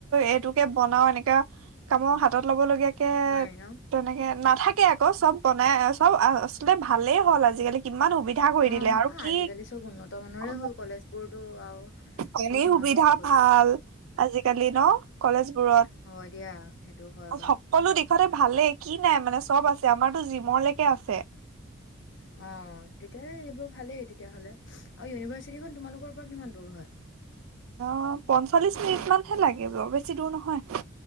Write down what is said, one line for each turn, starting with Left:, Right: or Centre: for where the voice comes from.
Right: এইটোকে বনাও এনেকাে কামৰ হাতত লব লগীয়া কে
Left: নোৱাৰি ন?
Right: তেনেকে ন থাকে আকৌ চব বনাই চব আচলতে ভালেই হ'ল আজিকালি কিমান সুবিধা কৰি
Left: অ',
Right: দিলে আৰু
Left: আ,
Right: কি
Left: আজিকালি চব উন্নত মানৰে
Right: অ
Left: হ'ল কলেজবোৰতো আৰু
Right: পানীৰ
Left: চব উন্নত
Right: সুবিধা
Left: হৈ গ'ল
Right: ভাল আজিকালি ন? কলেজ বোৰত,
Left: হয় দিয়া সেইটো হয় বাৰু
Right: সকলো দেখাতে ভালে কি নাই মানে চব আছে। আমাৰতো জিমৰলৈকে আছে।
Left: হয় অ তেতিয়া সেইবোৰ ভালেই তেতিয়াহ'লে আৰু ইউনিভাৰ্চিটিখন তোমালোকৰ পৰা কিমান দূৰ হয়
Right: অ পঞ্চল্লিশ মিনিট মানহে লাগে বেছি দূৰ নহয়